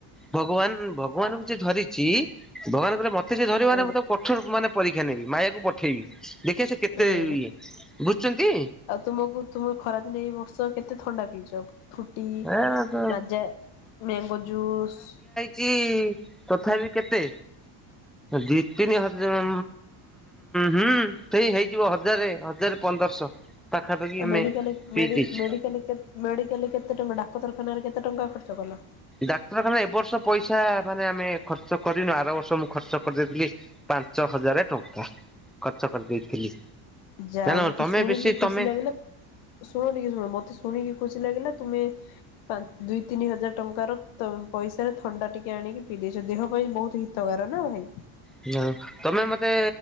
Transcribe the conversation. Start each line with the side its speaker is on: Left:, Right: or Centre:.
Centre: ଭଗବାନ ଭଗବାନଙ୍କୁ ଯିଏ ଧରିଛି ଭଗବାନ କହିଲେ ମତେ ଯିଏ ଧରିବନା
Left: ହୁଁ
Centre: ମୁଁ ତାକୁ କ କଠୋର ମାନେ ପରୀକ୍ଷା ନେବି ମାୟାକୁ ପଠେଇବି ଦେଖିବା ସେ କେତେ
Left: ହୁଁ
Centre: ଇଏ ବୁଝୁଛନ୍ତି।
Left: ଆଉ ତୁମକୁ ତୁମ ଖରାଦିନେ ଏଇବର୍ଷ କେତେ ଥଣ୍ଡା ପିଇଛ ଫୁଟି
Centre: ଏ ତ
Left: ମାଜା ମ୍ୟାଗୋଜୁସ
Centre: ଚି ତଥାପି କେତେ ଦି ତିନି ହଜାର ହୁଁ ସେଇ ହେଇଯିବ ହଜାରେ ହଜାରେ ପନ୍ଦରଶହ ପାଖାପାଖି ଆମେ
Left: ମେଡ଼ିକାଲ
Centre: ପିଇ
Left: ମେଡି
Centre: ଦେଇଛୁ
Left: ମେଡ଼ିକାଲ ମେଡ଼ିକାଲରେ କେତେ ଟଙ୍କା ଡାକ୍ତରଖାନାରେ କେତେ ଟଙ୍କା ଖର୍ଚ୍ଚ କଲ?
Centre: ଡାକ୍ତରଖାନା ଏବର୍ଷ ପଇସା ମାନେ ଆମେ ଖର୍ଚ୍ଚ କରିନୁ ଆର ବର୍ଷ ମୁଁଖର୍ଚ୍ଚ କରିଦେଇଥିଲି। ପାଞ୍ଚ ହଜାର ଟଙ୍କା ଖର୍ଚ୍ଚ କରିଦେଇଥିଲି।
Left: ଯାହଉ
Centre: ଜାଣ
Left: ମତେ
Centre: ତମେ
Left: ଶୁଣିକି
Centre: ବେଶୀ
Left: ଖୁସି
Centre: ତମେ
Left: ଲାଗିଲା ଶୁଣିକି ନୁହଁ ମୋତେ ଶୁଣିକି ଖୁସି ଲାଗିଲା ତୁମେ ଆଜି ଦୁଇ ତିନିହଜାର ଟଙ୍କାର ପଇସାରେ ଥଣ୍ଡା ଟିକେ ଆଣିକି ପିଇ ଦେଇଛନ୍ତି ଦେହ ପାଇଁ ବହୁତ ତଗାରନା ଭାଇ <unintelligible>
Centre: ହଁ ତମେ ମତେ